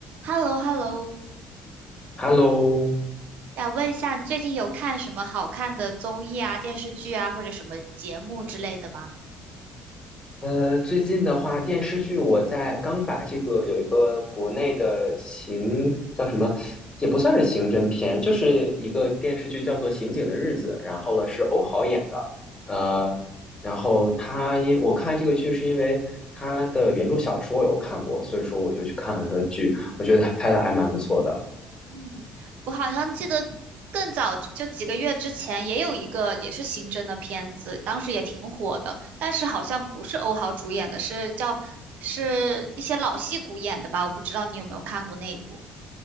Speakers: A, on the right; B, on the left.
A: h e l l o h e l l o
B: Hello，
A: 想问一下，你最近有看什么好看的综艺啊、电视剧啊，或者什么节目之类的吗？
B: 呃，最近的话，电视剧我在刚把这个有一个国内的刑叫什么，也不算是刑侦片，就是一个电视剧叫做《刑警的日子》，然后了是欧豪演的，呃，然后他因我看这个剧是因为他的原著小说有看过，所以说我就去看了他的剧，我觉得他拍的还蛮不错的。
A: 嗯，我好像记得更早就几个月之前也有一个也是刑侦的片子，当时也挺火的，但是好像不是欧豪主演的，是叫是一些老戏骨演的吧？我不知道你有没有看过那一部。